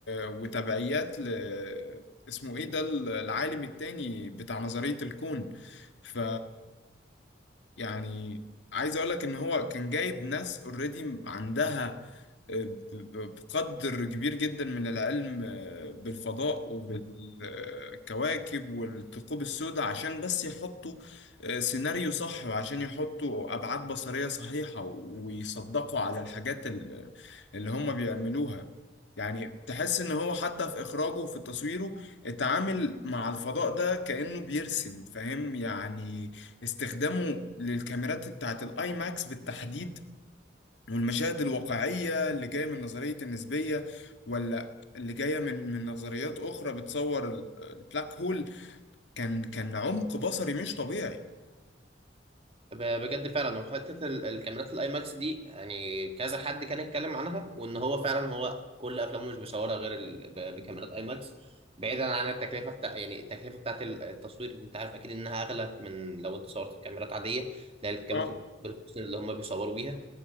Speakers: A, on the left (about 75°); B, on the right (about 35°).
A: وتبعيات ل... اسمه ايه ده ال- العالم التاني بتاع نظريه الكون ف يعني عايز اقول لك ان هو كان جايب ناس اوريدي عندها بقدر كبير جدا من العلم آه، بالفضاء وبالكواكب والثقوب السوداء عشان بس يحطوا آه، سيناريو صح وعشان يحطوا أبعاد بصرية صحيحة ويصدقوا على الحاجات ال- اللي هم بيعملوها يعني تحس إن هو حتى في إخراجه وفي تصويره اتعامل مع الفضاء ده كأنه بيرسم فاهم يعني استخدامه للكاميرات بتاعت الآي ماكس بالتحديد والمشاهد الواقعية اللي جاية من نظرية النسبية ولا اللي جاية من من نظريات أخرى بتصور ال- البلاك هول كان كان عمق بصري مش طبيعي
B: ب- بجد فعلا وحته ال- الكاميرات الاي ماكس دي يعني كذا حد كان يتكلم عنها وان هو فعلا هو كل افلامه مش بيصورها غير ال... ب- بكاميرات اي ماكس بعيدا عن التكلفه بتاع يعني التكلفه بتاعت ال- التصوير انت عارف اكيد انها اغلى من لو انت صورت بكاميرات عاديه لا الكاميرات
A: اه
B: البروفيشنال اللي هم بيصوروا بيها